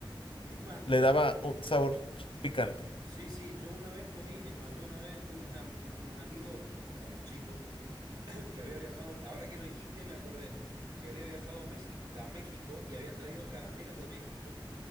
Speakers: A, on the right; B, on the left.
A: Es más,
B: Le
A: yo,
B: daba un sabor ch- picante.
A: sí, sí, yo una vez comí, es más, yo una vez tengo una- un amigo, cuando éramos chicos, <clears throat> que había viajado, ahora que lo dijiste, me acordé que había viajado a Mexi- a México y había traído caramelos de México.